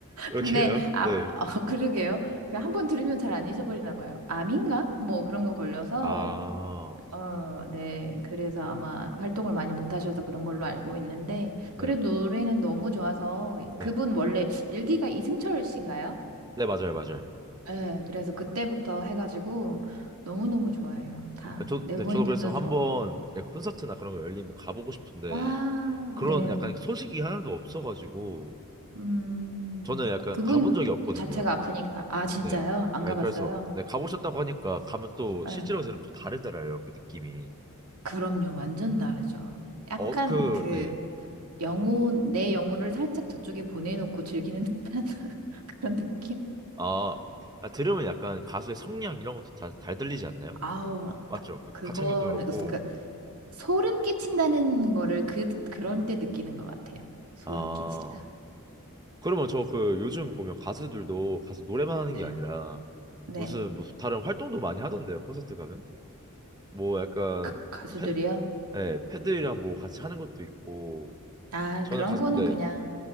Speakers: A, on the right; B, on the right.
A: 이렇게요?
B: 근데 아
A: 네.
B: 어, 그러게요. 그 한 번 들으면 잘 안 잊어버리나 봐요. 암인가? 뭐 그런 거 걸려서
A: 아,
B: 어, 네. 그래서 아마 활동을 많이 못 하셔서 그런 걸로 알고 있는데
A: 네,
B: 그래도 노래는 너무 좋아서 그분
A: 네.
B: 원래 일기가 이승철 씨인가요?
A: 네, 맞아요, 맞아요.
B: 네, 그래서 그때부터 해가지고 너무너무 좋아해요. 다
A: 아, 저,
B: 네버엔딩도
A: 네, 저도 그래서 한번
B: 좋아하고.
A: 약간 콘서트나 그런 거 열리면 가보고 싶은데
B: 와,
A: 그런
B: 네.
A: 약간 소식이 하나도 없어가지고
B: 음,
A: 저는 약간
B: 그분
A: 가본 적이 없거든요.
B: 자체가 아프니까. 아, 진짜요?
A: 네,
B: 안
A: 네,
B: 가봤어요?
A: 그래서 네, 가보셨다고 하니까 가면 또
B: 네.
A: 실제로 들으면 또 다르더라고요. 그 느낌이.
B: 그럼요. 완전 다르죠. 약간
A: 어, 그,
B: 그
A: 네.
B: 영혼, 내 영혼을 살짝 저쪽에 보내놓고 즐기는 듯한 <laughs> 그런 느낌?
A: 아, 아, 들으면 약간 가수의 성량 이런 것도 다, 잘 들리지 않나요?
B: 아우,
A: 맞죠?
B: 딱
A: 그
B: 그거는,
A: 가창력도 그렇고.
B: 그러니까 소름 끼친다는 거를 그, 그런 때 느끼는 것 같아요. 소름
A: 아,
B: 끼친다.
A: 그러면 저 그 요즘 보면 가수들도 가수 노래만 하는
B: 네.
A: 게 아니라
B: 네.
A: 무슨 무슨 다른 활동도 많이 하던데요. 콘서트 가면? 뭐 약간
B: 가- 가수들이요?
A: 패, 네, 패들이랑 뭐 같이 하는 것도 있고
B: 아,
A: 저는
B: 그런
A: 가서
B: 거는
A: 네,
B: 그냥